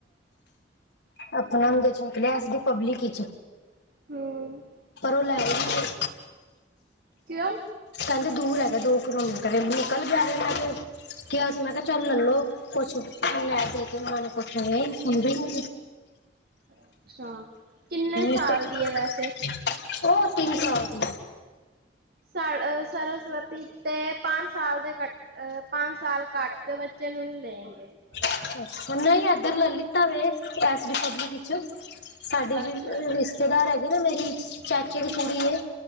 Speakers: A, on the left (about 65°); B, on the right (about 55°).
A: ਅਪਨਾ ੳਨਦੇ ਚ ਨਿਕਲਿਆ ਸੀ ਰੀ ਪਬਲਿਕ ਚ
B: ਹਮ
A: ਪਰ ਉਹ ਲੈ ਈ ਨੀ ਰੇ
B: ਕਿਉਂ
A: ਕਹਿੰਦੇ ਦੂਰ ਹੈਗੇ ਦੋ ਕਰੋਨਾ ਕ ਨਿਕਲ ਗਿਆ ਮੈਂ ਤੇ ਕਿਹਾ ਸੀਂ ਮੈਂ ਕਿਹਾ ਚਲ ਲੈਲੋ, ਕੁੱਛ ਲੈ ਕੇ <unintelligible> ਨੂੰ ਪੁੱਛ ਆ ਸੁਣਦੇ ਈ ਨੀ
B: ਅੱਛਾ ਕਿੰਨੇ ਸਾਲ
A: ਸੀ
B: ਦੀ ਹੈ
A: <unintelligible>
B: ਵੈਸੇ
A: ਉਹ ਤਿੰਨ ਸੌ ਦੀ
B: ਸਾ ਸਰਸਵਤੀ ਚ ਤੇ ਪੰਜ ਸਾਲ ਦੇ ਘਟੋ ਪੰਜ ਸਾਲ ਘੱਟ ਦੇ ਬੱਚੇ ਨੂੰ ਨਹੀਂ ਲੈਣਗੇ ਹ
A: ਅੱਛਾ ਨਹੀਂ ਏਧਰ ਲੈ ਲਿੱਤਾ ਵੇ ਏਸ ਡੀ ਪਬਲਿਕ ਇਚ ਸਾਡੀੇ ਜੇੜੀ
B: ਅੱਛਾ
A: ਰਿਸ਼ਤੇਦਾਰ ਹੈਗੀ ਨਾ ਮੇਰੀ ਚਾਚੇ ਦੀ
B: ਹੂੰ
A: ਕੁੜੀ ਏ